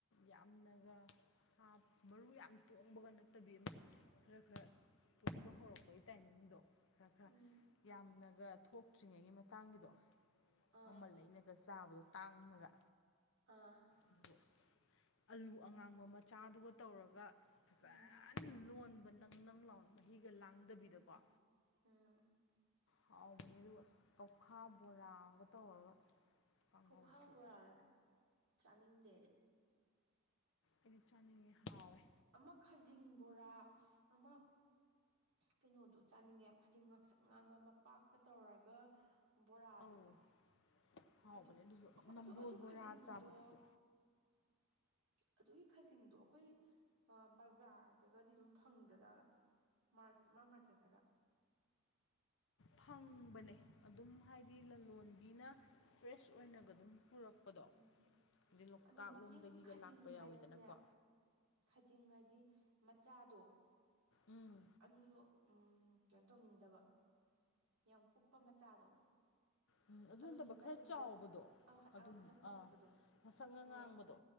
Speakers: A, on the left; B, on the right.
A: ꯌꯥꯝꯅꯒ ꯍꯥꯞ ꯃꯔꯨ ꯌꯥꯝ ꯇꯣꯡꯕꯒ ꯅꯠꯇꯕꯤ ꯑꯃ ꯈꯔ ꯈꯔ ꯇꯣꯡꯕ ꯍꯧꯔꯛꯄꯩ ꯇꯥꯏꯃꯤꯡꯗꯣ ꯈꯔ ꯈꯔ
B: ꯎꯝ
A: ꯌꯥꯝꯅꯒ ꯊꯣꯛꯇ꯭ꯔꯤꯉꯩꯒꯤ ꯃꯇꯥꯡꯒꯤꯗꯣ
B: ꯑꯥ
A: ꯃꯃꯜ ꯂꯩꯅ ꯒ ꯆꯥꯕꯗꯣ ꯇꯥꯡꯉꯒ
B: ꯑꯥ
A: ꯑꯗꯨꯕꯨ ꯑꯁ ꯑꯂꯨ ꯑꯉꯥꯡꯕ ꯃꯆꯥꯗꯨꯒ ꯇꯧꯔꯒ
B: ꯎꯝ
A: ꯐꯖꯅ ꯂꯣꯟꯕ ꯅꯪ ꯅꯪ ꯂꯥꯎꯅ ꯃꯍꯤꯒ ꯂꯥꯡꯗꯕꯤꯗꯀꯣ
B: ꯎꯝ ꯎꯝ
A: ꯍꯥꯎꯕꯅꯦ ꯑꯗꯨ ꯑꯁ ꯀꯧꯈꯥ ꯕꯣꯔꯥ ꯑꯝꯒ ꯇꯧꯔꯒ ꯀꯥꯡꯉꯧꯁꯨ
B: ꯀꯧꯈꯥ ꯕꯣꯔꯥ ꯆꯥꯅꯤꯡꯗꯦ ꯑꯩꯗꯤ
A: ꯑꯩꯗꯤ ꯆꯥꯅꯤꯡꯉꯦ ꯍꯥꯎꯑꯦ
B: ꯑꯃ ꯈꯖꯤꯡ ꯕꯣꯔꯥ ꯑꯃ ꯀꯩꯅꯣꯗꯣ ꯆꯥꯅꯤꯡꯉꯦ ꯈꯖꯤꯡ ꯉꯪꯁꯪ ꯉꯥꯡꯕ ꯃꯄꯥꯛꯀ ꯇꯧꯔꯒ ꯕꯣꯔꯥꯗꯣ
A: ꯑꯧ
B: ꯑꯗꯨꯗꯣ
A: ꯍꯥꯎꯕꯅꯦ ꯑꯗꯨꯁꯨ
B: ꯑꯩꯈꯣꯏ
A: ꯅꯝꯕꯣꯜ
B: ꯑꯗꯨ ꯑꯗꯨ
A: ꯕꯣꯔꯥ
B: ꯈꯖꯤꯡꯗꯣ
A: ꯆꯥꯕꯗꯨꯁꯨ
B: ꯑꯗꯨꯒꯤ ꯈꯖꯤꯡꯗꯣ ꯑꯩꯈꯣꯏ ꯑ ꯕꯖꯥꯔꯗꯒꯗꯤ ꯑꯗꯨꯝ ꯐꯪꯗꯖꯥꯠꯂ ꯃꯥ ꯏꯃꯥ ꯃꯥꯔꯀꯦꯠꯇꯒ
A: ꯐꯪꯕꯅꯦ ꯑꯗꯨꯝ ꯍꯥꯏꯗꯤ ꯂꯂꯣꯟꯕꯤꯅ ꯐ꯭ꯔꯦꯁ ꯑꯣꯏꯅꯒ ꯑꯗꯨꯝ ꯄꯨꯔꯛ ꯄꯗꯣ
B: ꯎꯝ
A: ꯑꯗꯩ ꯂꯣꯛꯇꯥꯛ
B: ꯑꯗ ꯃꯆꯤꯡ
A: ꯂꯣꯝꯗꯒꯤꯒ
B: ꯈꯥꯖꯤꯡ
A: ꯂꯥꯛꯄ
B: ꯍꯥꯏꯗꯅꯦ
A: ꯌꯥꯎꯏꯗꯅꯀꯣ
B: ꯈꯥꯖꯤꯡ ꯍꯥꯏꯗꯤ ꯃꯆꯥꯗꯣ
A: ꯎꯝ
B: ꯑꯗꯨꯁꯨ ꯎꯝ ꯀꯩꯅꯣ ꯇꯧꯅꯤꯡꯗꯕ ꯌꯥꯝ ꯀꯨꯞꯄ ꯃꯆꯥꯗꯣ
A: ꯎꯝ ꯑꯗꯨ
B: ꯑꯗꯨꯁꯨ
A: ꯅꯠꯇꯕ
B: ꯅꯠꯇꯕꯤꯗ
A: ꯈꯔ ꯆꯥꯎꯕꯗꯣ
B: ꯑꯃꯈꯠ
A: ꯑꯗꯨꯝ
B: ꯑꯃꯈꯠꯇꯪ ꯆꯥꯎꯈꯠꯄꯗꯣ
A: ꯑꯥ ꯃꯁꯛꯒ
B: ꯍꯣꯏ
A: ꯉꯥꯡꯕꯗꯣ